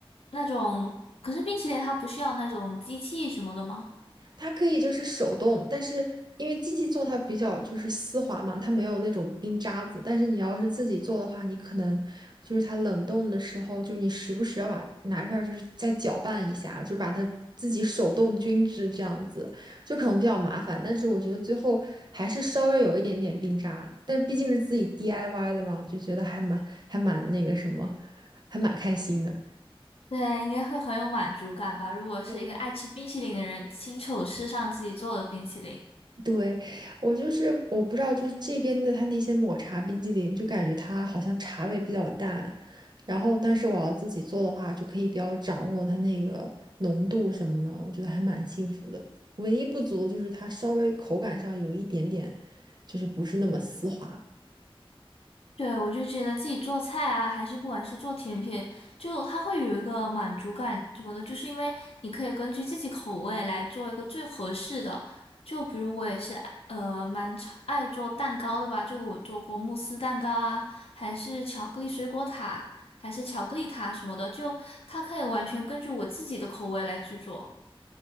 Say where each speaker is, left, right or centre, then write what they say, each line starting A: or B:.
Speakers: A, on the left; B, on the right.
A: 那种，可是冰淇淋它不需要那种机器什么的吗？
B: 它可以就是手动，但是因为机器做它比较就是丝滑嘛，它没有那种冰渣子。但是你要是自己做的话，你可能就是它冷冻的时候，就是你时不时要把拿出来，就是再搅拌一下，就把它自己手动均质这样子，就可能比较麻烦。但是我觉得最后还是稍微有一点点冰渣，但毕竟是自己 DIY 的嘛，我就觉得还蛮还蛮那个什么，还蛮开心的。
A: 对，应该会很有满足感吧。如果是一个爱吃冰淇淋的人，
B: 对，
A: 亲手吃上自己做的冰淇淋，
B: 对，我就是我不知道，就是这边的它那些抹茶冰激凌，就感觉它好像茶味比较淡，然后但是我要自己做的话，就可以比较掌握它那个浓度什么的，我觉得还蛮幸福的。唯一不足的就是它稍微口感上有一点点，就是不是那么丝滑。
A: 对，我就觉得自己做菜啊，还是不管是做甜品，就它会有一个满足感什么的，就是因为你可以根据自己口味来做一个最合适的。就比如我也是爱呃蛮常爱做蛋糕的吧，就我做过慕斯蛋糕啊，还是巧克力水果塔，还是巧克力塔什么的，就它可以完全根据我自己的口味来制作。